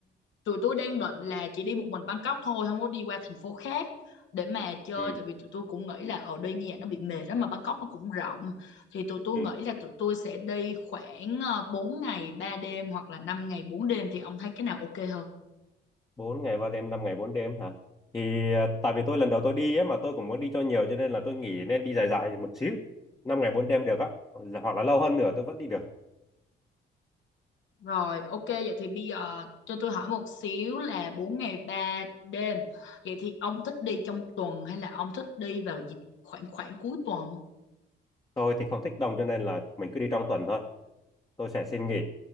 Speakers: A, on the left; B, on the left.
A: tụi tôi đang định là chỉ đi một mình Bangkok thôi không có đi qua thành phố khác để mà chơi
B: ừ,
A: tại vì tụi tôi cũng nghĩ là ở đây như vậy nó bị mệt lắm mà Bangkok nó cũng rộng thì tụi tôi
B: ừ.
A: nghĩ là tụi tôi sẽ đi khoảng ờ, 4 ngày 3 đêm hoặc là 5 ngày 4 đêm thì ông thấy cái nào ok hơn?
B: 4 ngày ba đêm năm ngày bốn đêm hả thì à, tại vì tôi lần đầu tôi đi ấy, mà tôi cũng muốn đi cho nhiều cho nên là tôi nghĩ nên đi dài dài một xíu 5 ngày 4 đêm được á hoặc là lâu hơn nữa tôi vẫn đi được
A: Rồi, ok, vậy thì bây giờ cho tôi hỏi một xíu là 4 ngày 3 đêm. Vậy thì ông thích đi trong tuần hay là ông thích đi vào dịp khoảng khoảng cuối tuần?
B: tôi thì không thích đông cho nên là mình cứ đi trong tuần thôi tôi sẽ xin nghỉ